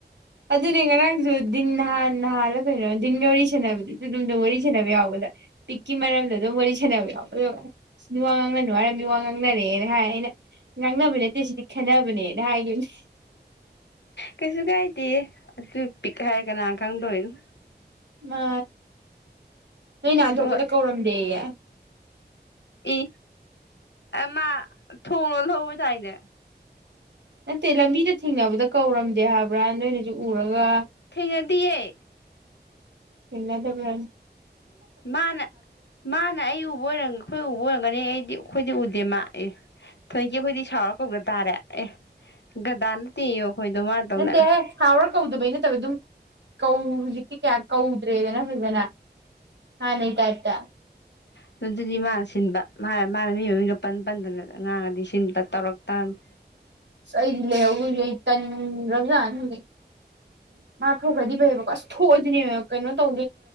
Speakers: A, on the right; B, on the left.
A: ꯑꯗꯨꯅꯦ ꯉꯉꯥꯡꯁꯨꯟ ꯅꯍꯥꯟ ꯅ ꯍꯥꯥꯟꯂ ꯀꯩꯅꯣꯤꯟꯒꯧꯔꯤ ꯅꯕ ꯑꯗꯨꯝ ꯋꯥꯔꯤ ꯁꯥꯟꯅꯕ ꯌꯥꯎꯕꯗ ꯄꯤꯛꯀꯤ ꯃꯔꯝꯗ ꯑꯗꯨꯝ ꯋꯥꯔꯤ ꯁꯥꯟꯅꯕ ꯌꯥꯎꯕ ꯋꯥ ꯉꯥꯡꯅꯅꯨ ꯍꯥꯏꯔꯝ ꯃꯤ ꯋꯥ ꯉꯥꯡꯅꯔꯦꯅ ꯍꯥꯏ ꯑꯩꯅ ꯉꯥꯡꯅꯕ ꯅꯠꯇꯦ ꯁꯤꯗꯤ ꯈꯟꯅꯕꯅꯦꯅ ꯍꯥꯏꯈꯤꯕꯅꯦ
B: ꯀꯩꯁꯨ ꯀꯥꯏꯗꯦ ꯑꯗꯨ ꯄꯤꯛ ꯍꯥꯏꯔ ꯀꯅꯥ ꯈꯪꯗꯣꯅꯣ
A: ꯃꯥ ꯅꯣꯏ ꯅꯥꯍꯟꯊꯣꯛꯄꯗ
B: ꯍꯣꯏ
A: ꯀꯧꯔꯝꯗꯦꯌꯦ
B: ꯏ ꯃꯥ ꯊꯣꯡꯅ ꯍꯧꯕꯤ ꯇꯥꯏꯅꯦ
A: ꯅꯠꯇꯦ ꯂꯝꯕꯤꯗ ꯊꯤꯡꯅꯕꯗ ꯀꯧꯔꯝꯗꯦ ꯍꯥꯏꯕ꯭ꯔꯥ ꯅꯣꯏꯅꯁꯨ ꯎꯔꯒ
B: ꯊꯅꯗꯤꯌꯦꯦ
A: ꯁꯤꯟꯅꯗ ꯐꯅ
B: ꯃꯥꯅ ꯃꯥꯅ ꯑꯩ ꯎꯕꯔꯝ ꯑꯩꯈꯣꯏ ꯎꯕ ꯑꯣꯏꯔꯝꯒꯅꯤ ꯑꯩꯗꯤ ꯑꯩꯈꯣꯏꯗꯤ ꯎꯗꯦ ꯃꯥ ꯑꯦ ꯊꯣꯏꯀꯤ ꯑꯩꯈꯣꯏꯗꯤ ꯁꯥꯎꯔ ꯀꯧꯗ ꯇꯥꯔꯦ ꯑꯦ ꯒꯗꯥ ꯅꯠꯇꯦꯣ ꯍꯣꯏꯗꯧ ꯃꯥ ꯇꯧꯅꯦ
A: ꯅꯠꯇꯦꯍꯦ ꯁꯥꯎꯔ ꯀꯧꯗꯕꯩ ꯅꯠꯇꯕ ꯑꯗꯨꯝ ꯀꯧ ꯍꯧꯖꯤꯛꯇꯤ ꯀꯌꯥ ꯀꯧꯗ꯭ꯔꯦꯗꯅ ꯐꯖꯅ ꯍꯥꯟꯅꯩ ꯇꯥꯏꯞꯇ
B: ꯑꯗꯨ ꯑꯗꯨꯗꯤ ꯃꯥꯅ ꯁꯤꯟꯕ ꯃꯥ ꯃꯥꯅ ꯃꯤ ꯃ ꯃꯤꯒꯄꯟ ꯄꯟꯗꯅ ꯉꯥꯡꯉꯗꯤ ꯁꯤꯟ ꯇꯧꯔ ꯇꯅꯤ
A: ꯑꯁ ꯑꯩꯗꯤ ꯂꯩꯍꯧꯗꯁꯦ ꯑꯩ ꯇꯟꯗ꯭ꯔꯕꯖꯥ ꯍꯧꯖꯤꯛ ꯃꯥ ꯊꯣꯛꯈ꯭ꯔꯗꯤ ꯐꯩꯕꯀꯣ ꯑꯁ ꯈꯣꯖꯅꯦ ꯀꯩꯅꯣ ꯇ